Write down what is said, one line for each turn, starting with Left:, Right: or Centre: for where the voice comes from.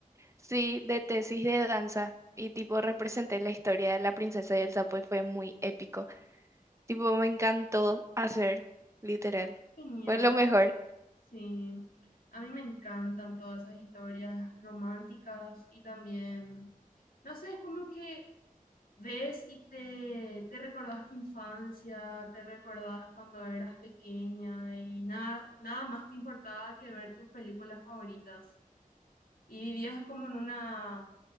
Right: sí, de tesis de danza. Y tipo representé la historia de la princesa y el sapo y fue muy épico. Tipo, me encantó hacer, literal.
Left: Genial.
Right: Fue lo mejor.
Left: Sí. A mí me encantan todas esas historias románticas y también, no sé, es como que Ves y te, te recordás tu infancia, te recordás cuando eras pequeña y nada, nada más te importaba que ver tus películas favoritas. Y vivías como en una,